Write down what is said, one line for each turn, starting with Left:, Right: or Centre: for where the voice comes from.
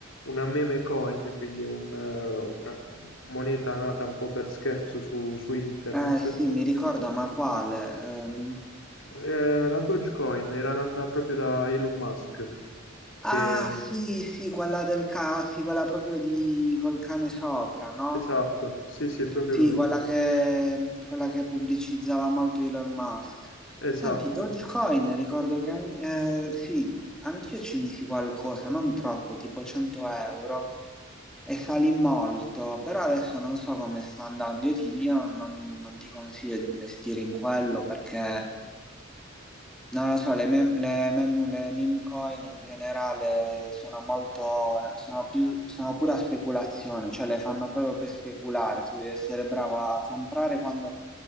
Left: una meme coin, quindi un eh, una moneta nata un po' per scherzo su su internet.
Centre: Eh sì, mi ricordo, ma quale? Eh, non-
Left: Ehm, la Dogecoin era nata proprio da Elon Musk, che
Centre: Ah
Left: mhmm,
Centre: sì, sì, quella del ca, sì, quella proprio di col cane sopra, no?
Left: esatto, sì, sì, è proprio
Centre: Sì,
Left: lui,
Centre: quella che, quella che pubblicizzava molto Elon Musk.
Left: esatto.
Centre: Senti, Dogecoin, ricordo che an- eh, sì, anch'io ci misi qualcosa, non troppo, tipo 100 euro, e salì molto, però adesso non so come sta andando. Io, ti, io non, non ti consiglio di investire in quello perché non lo so, le mem- le mem- le meme coin in generale sono molto, sono più, sono pura speculazione, cioè le fanno proprio per speculare, tu devi essere bravo a comprare quando